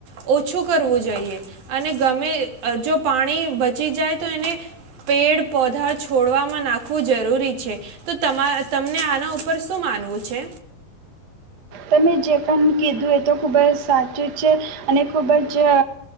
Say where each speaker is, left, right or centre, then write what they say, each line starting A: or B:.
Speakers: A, on the right; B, on the right.
A: ઓછું કરવું જોઈએ અને ગમે જો પાણી બચી જાય તો એને પેડ પોધા છોડવામાં નાખવું જરૂરી છે, તો તમા તમને આના ઉપર શું માનવું છે?
B: તમે જે પણ કીધું એ તો ખૂબ જ સાચું છે અને ખૂબ જ